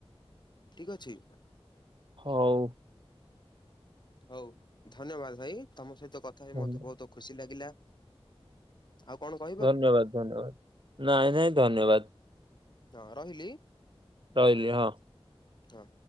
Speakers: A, on the left; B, on the right.
A: ଠିକ ଅଛି?
B: ହଉ।
A: ହଉ ଧନ୍ୟବାଦ ଭାଇ। ତମ ସହିତ କଥା ହେଇ
B: ଧନ୍ୟ-
A: ମତେ ବହୁତ ଖୁସି ଲାଗିଲା। ଆଉ କଣ କ
B: ଧନ୍ୟବାଦ- ଧନ୍ୟବାଦ। ନାଇଁ- ନାଇଁ ଧନ୍ୟବାଦ।
A: ହଁ ରହିଲି।
B: ରହିଲି ହଁ।
A: ହଁ।